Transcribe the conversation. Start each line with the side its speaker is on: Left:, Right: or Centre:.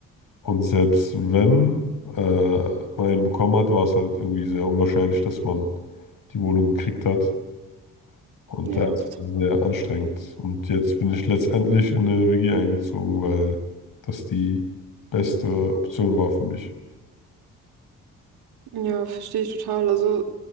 Left: Und selbst wenn äh, man einen bekommen hat, war es halt irgendwie sehr unwahrscheinlich, dass man die Wohnung gekriegt hat. Und
Right: Ja,
Left: ja, es
Right: total.
Left: war sehr anstrengend. Und jetzt bin ich letztendlich in eine WG eingezogen, weil das die beste Option war für mich.
Right: Ja, verstehe ich total. Also,